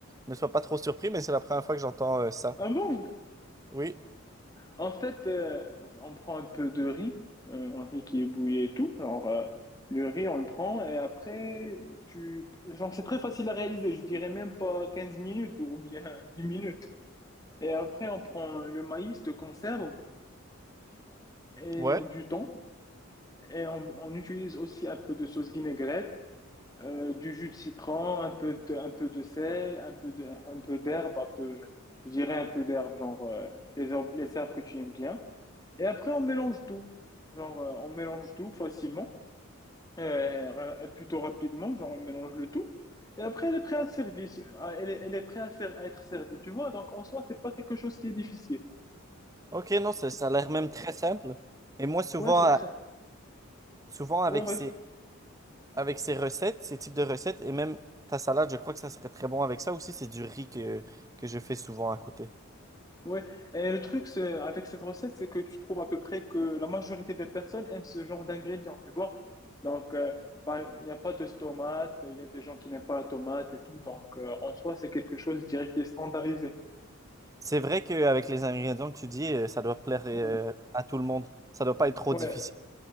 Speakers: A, on the right; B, on the left.
A: ne sois pas trop surpris, mais c'est la première fois que j'entends euh, ça.
B: Ah bon?
A: Oui,
B: En fait, euh, on prend un peu de riz, euh, un riz qui est bouillé et tout. Genre, euh, le riz, on le prend et après, tu, genre, c'est très facile à réaliser. Je dirais même pas 15 minutes ou bien 10 minutes. Et après, on prend le maïs de conserve et
A: ouais.
B: du thon. Et on, on utilise aussi un peu de sauce vinaigrette, euh, du jus de citron, un peu de, un peu de sel, un peu de, un peu d'herbe, un peu, je dirais un peu d'herbe, genre euh, les herbes, les herbes que tu aimes bien. Et après, on mélange tout. Genre, euh, on mélange tout facilement, euh, euh, plutôt rapidement, genre on mélange le tout. Et après, elle est prête à servir à- elle est, elle est prête à, ser- à être servie, tu vois. Donc, en soi, c'est pas quelque chose qui est difficile.
A: Ok, non, ça, ça a l'air même très simple. Et moi, souvent,
B: Ouais, c'est
A: à-
B: très...
A: souvent avec
B: Ouais, vas-y.
A: ces, avec ces recettes, ces types de recettes, et même ta salade, je crois que ça serait très bon avec ça aussi. C'est du riz que, que je fais souvent à côté.
B: Ouais, et le truc c'est avec cette recette, c'est que tu trouves à peu près que la majorité des personnes aiment ce genre d'ingrédients, tu vois. Donc, euh, par- il n'y a pas de tomate, il y a des gens qui n'aiment pas la tomate et tout. Donc, euh, en soi, c'est quelque chose, je dirais, qui est standardisé.
A: C'est vrai qu'avec les ingrédients que tu dis, euh, ça doit plaire euh,
B: Ouais,
A: à tout le monde. Ça doit pas être trop
B: Ouais,
A: difficile.